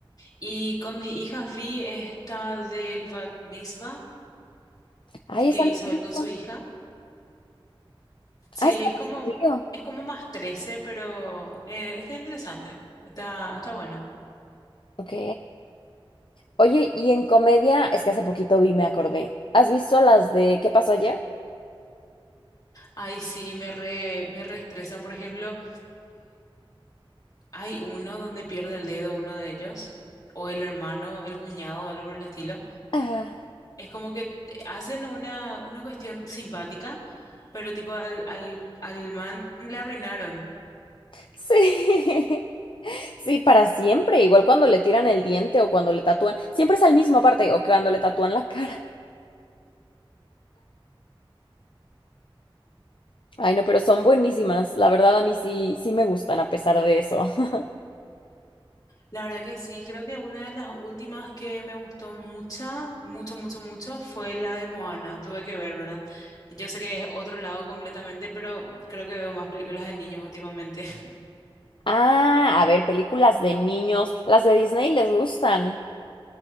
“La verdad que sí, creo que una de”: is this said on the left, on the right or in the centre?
Left